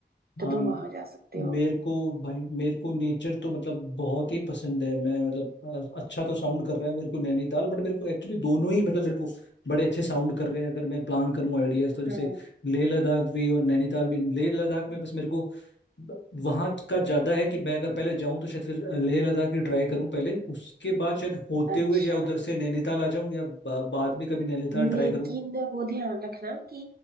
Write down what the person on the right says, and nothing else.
तो
तुम वहां जा सकते
हो
अच्छा
लेकिन
वो ध्यान रखना कि